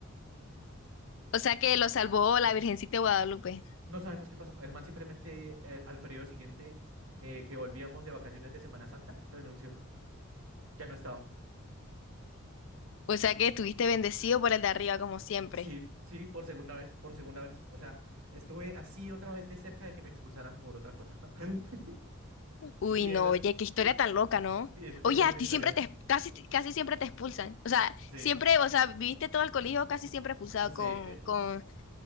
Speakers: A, on the left; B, on the right.
A: O sea que lo salvó la Virgencita de Guadalupe.
B: No sabemos qué pasó. El man simplemente eh, al periodo siguiente eh, que volvíamos de vacaciones de Semana Santa renunció. Ya no estaba.
A: O sea que estuviste bendecido por el de arriba, como siempre.
B: Sí, sí, por segunda vez, por segunda vez. O sea, estuve así otra vez de cerca de que me expulsaran por otra cosa. <laughs>
A: Uy,
B: Y
A: no,
B: esa,
A: oye, qué historia
B: y,
A: tan loca, ¿no?
B: y es-
A: Oye,
B: y esa
A: a
B: es mi
A: ti
B: historia.
A: siempre te, casi, casi siempre te expulsan. O sea,
B: Sí,
A: siempre, o sea, viviste todo el colegio casi siempre expulsado
B: sí.
A: con,
B: eh,
A: con,
B: s- s-